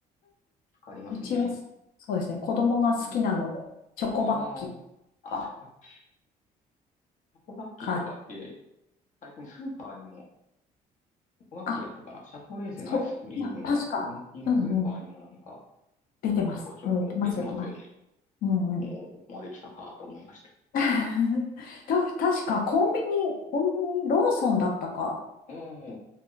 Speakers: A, on the left; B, on the left.
A: 助かりますね。
B: うちは、そうですね、子供が好きなので、
A: うん。
B: チョコバッキーと
A: ああ、
B: か
A: あ、チョコバッキー、チョコバッキーとかって、
B: か
A: 最近スーパーにも、チョコバッキーだったかな。
B: あ、
A: シャトレーゼのアイスクリームが、
B: そう、いや、確か、
A: 最近スーパーにもなんか、
B: うんうん、出てます。
A: ちょこちょこ出てますよね。
B: うん、出てます、出てます。うんうん。
A: おお、ここまで来たかと思いました。
B: <laughs> た、確かコンビニ、コンビニ、ローソンだったか
A: おお、